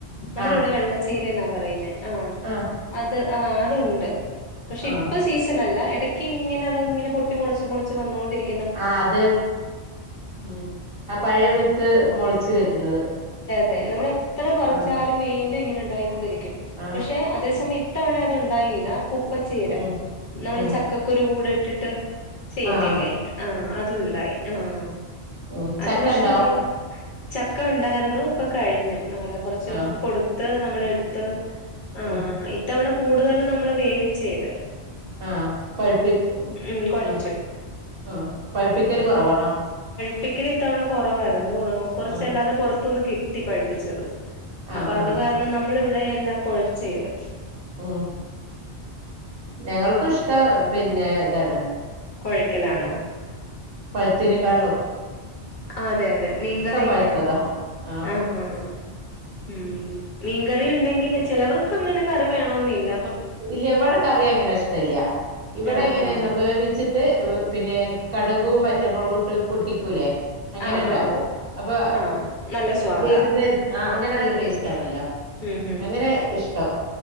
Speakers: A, on the left; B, on the right.
A: നമ്മള്
B: ആഹ്
A: ഇവിടെ വെള്ള ചീ ന്നാ പറയുന്നേ ആ
B: ആഹ്
A: അത് ആഹ് അതുണ്ട് പക്ഷെ
B: ആഹ്
A: ഇപ്പ സീസൺ അല്ല ഇട ഇങ്ങനെ അതങ്ങനെ പൊ ട്ടി മുളച്ച് മുളച്ച് വന്നോണ്ടിരി
B: ആ അത് ഉം ആ പഴയ വി ത്ത് മുള ച്ച് വരുന്നത്
A: തെ നമ്മള് ത്ര പറിച്ചാലും
B: ആഹ്
A: വീണ്ടും ഇങ്ങനെ ഉണ്ടായിക്കൊണ്ടിരിക്കും
B: ആഹ്
A: പക്ഷെ അതേസമയം ഇത്തവണ അത്ണ്ടായില്ല കുപ്പച്ചീര
B: ഉം
A: നമ്മള്
B: ഉം
A: ചക്കക്കുരു കൂടെ ഇട്ടിട്ട് ചെയ്യത്തില്ലേ
B: ആഹ്
A: ആഹ് അതുണ്ടായി ആഹ്
B: ഉം
A: അത്
B: ചക്കണ്ടോ
A: പക്ഷെ ഞങ്ങള് ച ക്ക ഉണ്ടായിരുന്നു ഇപ്പ കഴിഞ്ഞു നമ്മള കുറച്ച് പേർക്ക്
B: ആഹ്
A: കൊടുത്ത് ന മ്മളെടുത്ത് ആഹ്
B: ഉം
A: ഇത്തവണ കൂടുതലും നമ്മള് വേവിച്ചെയ്ത്
B: ആഹ് പഴ്പ്പി
A: ഉം കുഴച്ചു
B: ആഹ് ആഹ് പഴ്പ്പിക്കല് കുറവാണോ
A: പ്പിക്കല് ഇത്തവണ കുറവാരുന്നു ഓഹ് ച്ചല്ലാതെ
B: ആഹ്
A: പുറത്തുന്ന് കിട്ടി പഴ്പ്പിച്ചത്
B: ആഹ്
A: അപ്പൊ അത്
B: ആഹ്
A: കാരണം നമ്മള് ഇവി ടെ എല്ലാം കുഴച്ചെയ്ത്
B: ഉം ഞങ്ങൾക്കും ഇഷ്ടം പിന്നെ ഇതാണ്
A: കുഴക്കലാണോ
B: പഴുത്തേനെക്കാളും
A: അതെ അതെ മീൻകറി
B: പഴുത്തതാ ആഹ്
A: ആഹ്ഹാ ഉം മീൻക റി ഉണ്ടെങ്കിൽ ചിലവർക്ക് അങ്ങനെ കറി വേണംന്നില്ല
B: ഇല്ല ഇവിടെ കറി അങ്ങനെ ഇഷ്ടല്ല്യ ഇവിടെ
A: ആഹ്
B: എങ്ങനന്നോ
A: ആഹ്
B: വേവിച്ചിട്ട് പിന്നെ കട് കും വറ്റൽമുളകും ഇട്ട് പൊട്ടിക്കൂലേ അങ്ങനെ
A: ആഹ്
B: ഉണ്ടാക്കും
A: ആഹ്
B: അപ്പൊ
A: ആഹ് നല്ല സ്വാദാ
B: വൈകുന്നേരം ആഹ് അങ്ങനെല്ലോ ടേസ്റ്റാണല്ലോ
A: ഉം
B: അങ്ങനെ ഇഷ്ടം